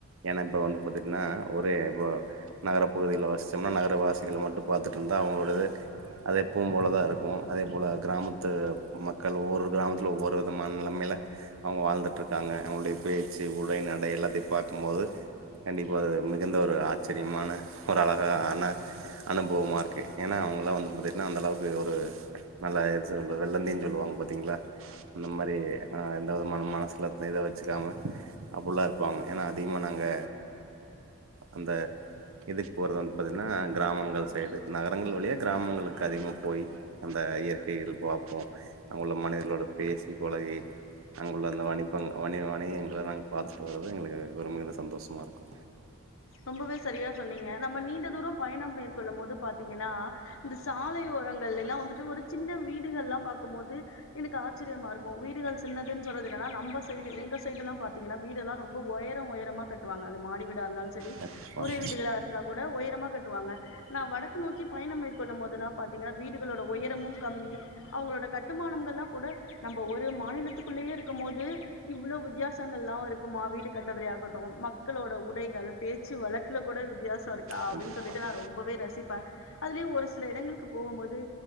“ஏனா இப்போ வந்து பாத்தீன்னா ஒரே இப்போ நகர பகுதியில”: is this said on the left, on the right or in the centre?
Right